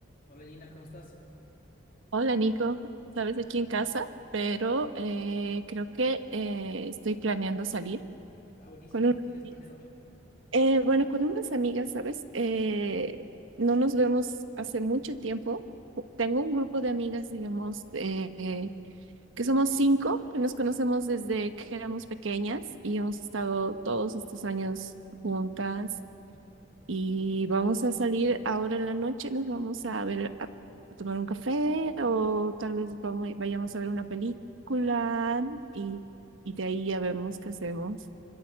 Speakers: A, on the left; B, on the right.
A: Hola Gina, ¿cómo estás?
B: Hola Nico, sabes aquí en casa, pero eh, creo que eh, estoy planeando salir
A: Ah, buenísimo,
B: con unas
A: ¿qué tienes
B: amigas.
A: planeado?
B: Eh, bueno, con unas amigas, ¿sabes? Eh, no nos vemos hace mucho tiempo. Tengo un grupo de amigas, digamos, eh, eh, que somos cinco, que nos conocemos desde que éramos pequeñas y hemos estado todos estos años juntas. Y vamos a salir ahora en la noche, nos vamos a ver a, a tomar un café o tal vez vamos- vayamos a ver una película y, y de ahí ya vemos qué hacemos.